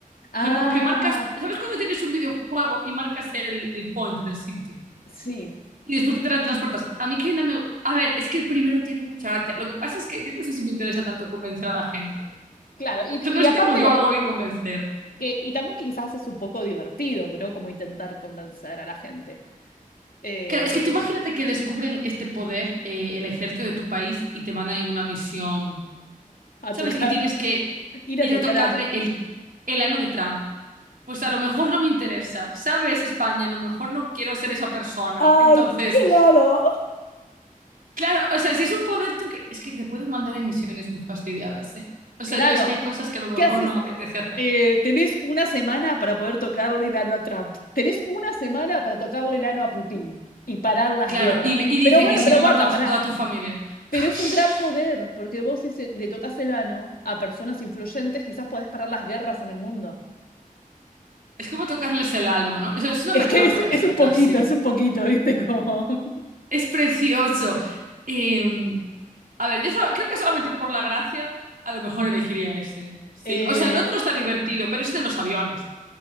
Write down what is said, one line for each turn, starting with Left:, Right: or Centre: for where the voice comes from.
Left: Ah,
Right: O sea, como que marcas... ¿Sabes cuando tienes un videojuego y marcas el, el point del sitio?
Left: sí,
Right: Y después te la transportas. A mí Kaina me... A ver, es que el primero tiene mucha gracia. Lo que pasa es que yo no sé si me interesa tanto convencer a la gente.
Left: claro. Y,
Right: Yo
Left: y
Right: no sé
Left: aparte,
Right: si tengo yo algo que convencer.
Left: que, y también que quizás es un poco divertido, ¿no? Como intentar convencer a la gente eh,
Right: Claro, es que tú imagínate que descubren este poder, eh, el ejército de tu país, y te mandan en una misión,
Left: a
Right: ¿sabes?
Left: tocar,
Right: Y tienes que
Left: <laughs> ir
Right: ir
Left: a tocar
Right: a tocarle
Left: anos.
Right: el, el ano de Trump. Pues a lo mejor no me interesa, ¿sabes? España, a lo mejor no quiero ser esa persona.
Left: Ay,
Right: Entonces,
Left: claro.
Right: Claro, o sea, si es un poder tú que... Es que te pueden mandar en misiones muy fastidiadas, ¿eh? O sea,
Left: Claro.
Right: yo es que hay cosas que a lo mejor
Left: ¿Qué haces?
Right: no me apetece hacer.
Left: Eh, tenés una semana para poder tocarle el ano a Trump. Tenés una semana para tocarle el ano a Putin y parar las
Right: Claro,
Left: guerras.
Right: y, me- y dicen,
Left: Pero bueno,
Right: ¿y si
Left: pero
Right: no
Left: guarda,
Right: matamos
Left: pará.
Right: a toda tu familia?
Left: Pero
Right: <laughs>
Left: es un gran poder, porque vos si se- le tocas el ano a personas influyentes, quizás podés parar las guerras en el mundo. <laughs>
Right: Es como tocarles el alma, ¿no? Eso es una
Left: Es
Right: metáfora
Left: que es,
Right: esto
Left: es un
Right: casi.
Left: poquito, es un poquito, ¿viste? Como... <laughs>
Right: Es precioso. Eh, a ver, yo solo- creo que solamente por la gracia a lo mejor elegiría ese. Sí,
Left: Eh,
Right: o sea, el otro está divertido, pero existen los aviones.